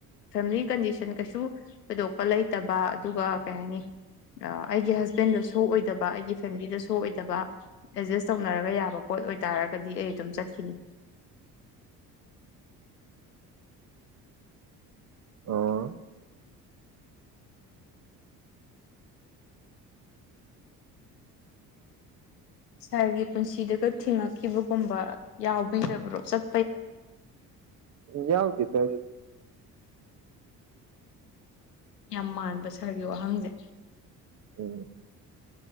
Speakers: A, on the left (about 75°); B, on the right (about 35°).
A: ꯐꯦꯃꯤꯂꯤ ꯀꯟꯗꯤꯁꯟ ꯀꯩꯁꯨ ꯊꯣꯏꯗꯣꯛꯄ ꯂꯩꯇꯕ ꯑꯗꯨꯒ ꯀꯩ ꯍꯥꯏꯅꯤ ꯑꯩꯒꯤ ꯍꯁꯕꯦꯟꯗ ꯁꯣꯛ ꯑꯣꯏꯗꯕ ꯑꯩꯒꯤ ꯐꯦꯃꯤꯂꯤꯗ ꯁꯣꯛꯑꯣꯏ ꯇꯕ ꯑꯦꯗꯖꯁ ꯇꯧꯅꯔꯒ ꯌꯥꯕ ꯄꯣꯠ ꯑꯣꯏꯇꯥꯥꯔꯒꯗꯤ ꯑꯩ ꯑꯗꯨꯝ ꯆꯠꯈꯤꯅꯤ
B: ꯑꯣ
A: ꯁꯥꯔꯒꯤ ꯄꯨꯟꯁꯤꯗꯨꯒ ꯊꯤꯡꯉꯛ ꯈꯤꯕꯒꯨꯝꯕ ꯌꯥꯎꯕꯤꯔꯕꯣ ꯆꯠ
B: ꯌꯥꯎꯗꯦꯗ ꯑꯗꯨꯗꯤ
A: ꯌꯥꯝ ꯃꯥꯟꯕ ꯁꯥꯔꯒꯤ ꯋꯥꯍꯪꯁꯦ
B: ꯎꯝ